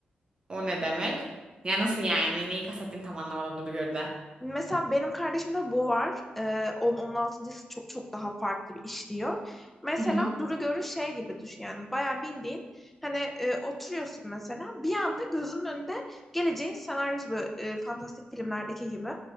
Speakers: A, on the right; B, in the centre.
A: O ne demek? Ya nasıl yani? Neyi kastettiğini tam anlamadım dur gör de.
B: Mesela benim kardeşimde bu var. Ee, onun, on altıncısı çok çok daha farklı bir işliyor. Mesela
A: Hı hı.
B: duru görü şey gibi düşün yani bayağı bildiğin hani e, oturuyorsun mesela bir anda gözünün önünde geleceğin senaryosu böyle e, fantastik filmlerdeki gibi